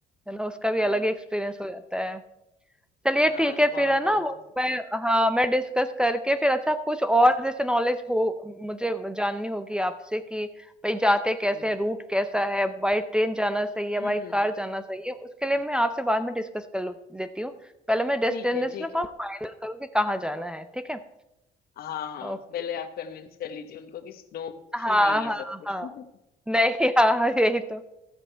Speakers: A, in the centre; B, on the left (about 65°).
A: ना उसका भी
B: हाँ
A: अलग ही एक्सपीरियंस हो जाता है चलिए
B: हाँ
A: ठीक है
B: वहां
A: फिर है
B: भी
A: ना
B: आप
A: वो
B: जा सकते
A: मैं हाँ मैं डिस्कस करके फिर अच्छा कुछ और जैसे नॉलेज हो मुझे जाननी होगी आपसे कि भाई जाते कैसे
B: हैं। हम्म
A: हैं रूट कैसा है बाई ट्रेन जाना सही है
B: हम्म
A: बाई कार जाना सही है उसके लिए मैं आपसे बाद में डिस्कस कर लू- लेती हूँ पहले मैं डेस्टिनेशन
B: ठीक है ठीक है
A: आप फाइनल करूँ कि कहाँ जाना है ठीक है
B: हाँ हाँ
A: ओके
B: पहले आप कन्विंस कर लीजिए उनको कि स्नो
A: हाँ
B: ही नहीं है
A: हाँ
B: सब कुछ
A: हाँ
B: <laughs>
A: नहीं हाँ हाँ, यही तो